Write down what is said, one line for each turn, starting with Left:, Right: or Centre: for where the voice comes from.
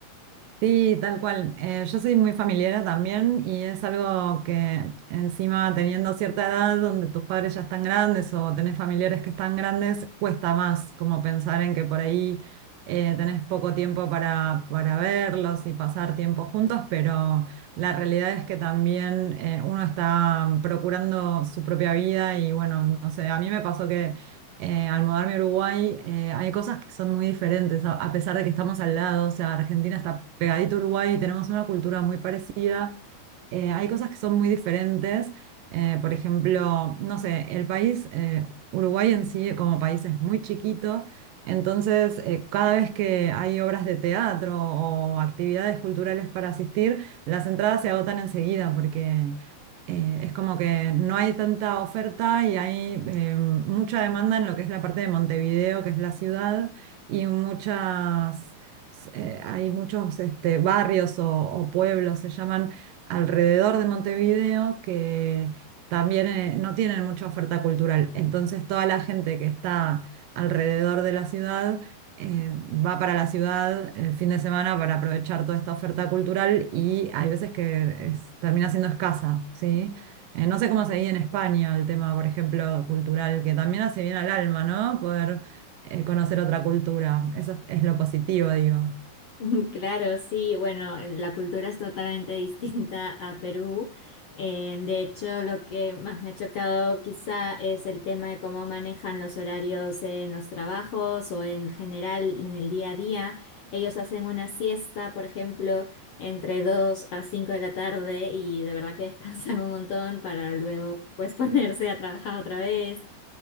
Right: Sí, tal cual. Eh, yo soy muy familiera también y es algo que encima teniendo cierta edad donde tus padres ya están grandes o tenés familiares que están grandes, cuesta más como pensar en que por ahí eh, tenés poco tiempo para, para verlos y pasar tiempo juntos, pero la realidad es que también eh, uno está procurando su propia vida y bueno, no sé, a mí me pasó eh, al mudarme a Uruguay, eh, hay cosas que son muy diferentes, a, a pesar de que estamos al lado, o sea, Argentina está pegadito a Uruguay, tenemos una cultura muy parecida, eh, hay cosas que son muy diferentes, eh, por ejemplo, no sé, el país, eh, Uruguay en sí como país es muy chiquito, entonces eh, cada vez que hay obras de teatro o actividades culturales para asistir, las entradas se agotan enseguida porque eh, es como que no hay tanta oferta y hay eh, mucha demanda en lo que es la parte de Montevideo, que es la ciudad, y muchas, eh, hay muchos este, barrios o, o pueblos, se llaman, alrededor de Montevideo, que también eh, no tienen mucha oferta cultural. Entonces toda la gente que está alrededor de la ciudad eh, va para la ciudad el fin de semana para aprovechar toda esta oferta cultural y hay veces que es- termina siendo escasa, ¿sí? Eh, no sé cómo se vive en España el tema, por ejemplo, cultural, que también hace bien al alma, ¿no? Poder eh, conocer otra cultura. Eso es, es lo positivo, digo.
Left: <laughs> Claro, sí, bueno, la cultura es totalmente <laughs> distinta a Perú. Eh, de hecho, lo que más me ha chocado quizá es el tema de cómo manejan los horarios en los trabajos o en general en el día a día. Ellos hacen una siesta, por ejemplo, entre 2 a 5 de la tarde y de verdad que <laughs> descansan un montón para luego pues <laughs> ponerse a trabajar otra vez.